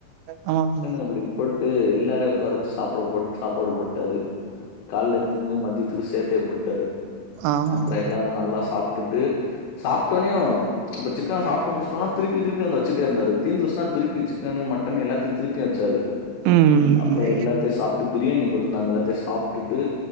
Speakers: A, on the right; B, on the left.
A: ஆமா ப்ரோ
B: அப்டி போட்டு எல்லாரையு உக்கார வெச்சு சாப்ட போட் சாப்பாடு போட்டாரு காலலத்துக்கு மதியத்துக்கு சேத்தே போட்டாரு
A: ஆமா
B: அப்ரோ
A: ப்ரோ
B: எல்லாரு நல்லா சாப் ப்டுட்டு சாப்ட்டோனியு இப்ப சிக்கன சாப்டு முடிச்ஸ் னா திருப்பி திருப்பி வந்து வச்சுட்டே இருந்தாரு தீந்துருச்சுன்னா திருப்பி சிக்கனு மட்டனு எல்லாத்தையு திருப்பியு வெச்சாரு
A: ம்
B: அப்ரோ எல்லாத்தையு சாப்ட்டு பிரியாணி போட்ருந்தாங்க எல்லாத்தையு சாப்டுட்டு